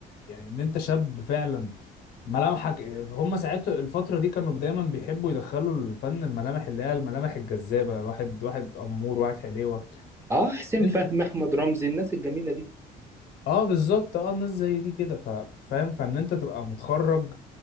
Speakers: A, on the left; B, on the right.
A: يعني ان انت شاب فعلا ملامحك هم ساعتها الفترة دي كانوا دايما بيحبوا يدخلوا الفن الملامح اللي هي الملامح الجذابة واحد واحد أمور واحد حليوة
B: اه حسين
A: انت
B: فهمي احمد رمزي الناس الجميله دي
A: اه بالظبط اه ناس زي دي كده ف- فاهم فان انت تبقى متخرج